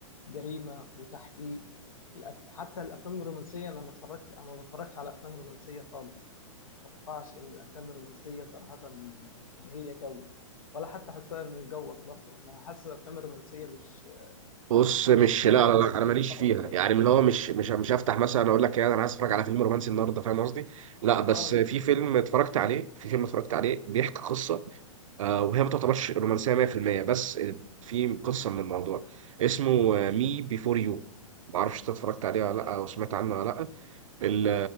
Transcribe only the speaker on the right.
بص مش
لا
لا لا
انا ماليش
فيها
يعني اللي هو مش مش مش هفتح مثلا اقول لك ايه انا عايز اتفرج على فيلم رومانسي النهارده فاهم قصدي لا بس
في فيلم اتفرجت عليه في فيلم اتفرجت عليه بيحكي قصه آه وهي ما تعتبرش رومانسيه 100% بس في قصه من الموضوع اسمه آه، مي بيفور يو ما اعرفش انت اتفرجت عليه ولا لا او سمعت عنه ولا لا ال-